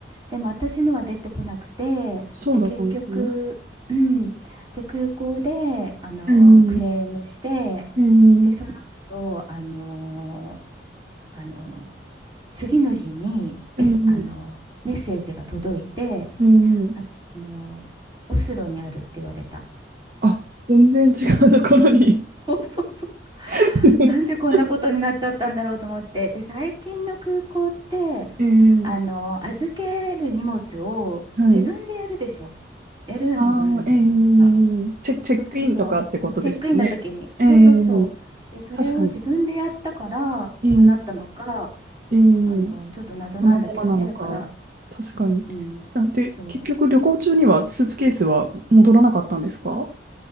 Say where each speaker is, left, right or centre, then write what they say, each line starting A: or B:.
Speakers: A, on the right (about 25°); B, on the right (about 50°).
A: でも私のは出てこなくてで結局、
B: そうだったんですね。
A: うん、で空港であのクレームして
B: ええええ
A: でその後あのあの次の日に、S、
B: ええ
A: あのメッセージが届いて
B: ええ
A: あ、あのオスロにあるって言われた。
B: あ、全然違うところに
A: <laughs> そうそうそう。
B: <laughs>
A: なんでこんなことになっちゃったんだろうと思って。で、最近の空港って、
B: ええ
A: あの、預ける荷物を自分でやるでしょ。
B: はい。
A: やるのがあるのよ。
B: ああ、ええ
A: なんか、
B: チェ、チェックインとかってことですよね。
A: そうそうそう。チェックインの時に。そうそうそう。
B: ええ
A: で、それを自分でやったから、
B: 確かに。
A: そうなったのか、
B: ええええ
A: あの、ちょっと謎なんだけどね。
B: たまたまなのか。
A: だから、
B: 確かに。
A: うん。
B: あで、
A: そう。
B: 結局旅行中にはスーツケースは戻らなかったんですか